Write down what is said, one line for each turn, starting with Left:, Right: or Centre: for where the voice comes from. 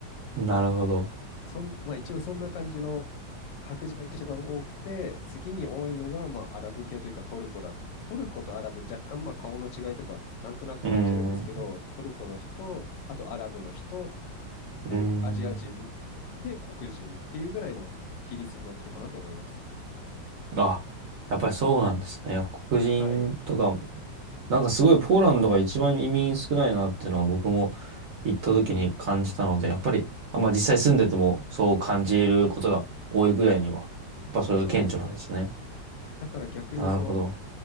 Right: あ、なるほど。
Left: そん、まあ一応そんな感じの白人が一番多くて、次に多いのが、まあアラブ系というかトルコだ。トルコとアラブ若干まあ顔の違いとかなんとなく感じるんですけど、
Right: うーん、う
Left: トルコの人、あとアラブの人、で、
Right: ーん。
Left: アジア人、で、黒人っていうぐらいの比率になってるかなと思います。
Right: あ、やっぱりそうなんですね。やっぱ黒人とかも
Left: はい。
Right: なんかすごいポーランドが一番移民少ないなっていうのは僕も行った時に感じたので、
Left: うんうん。
Right: やっぱり、あ、まあ実際住んでてもそう感じることが多いぐらいには、やっぱそれが顕著なんですね。
Left: そうですね。だから逆にその
Right: なるほど。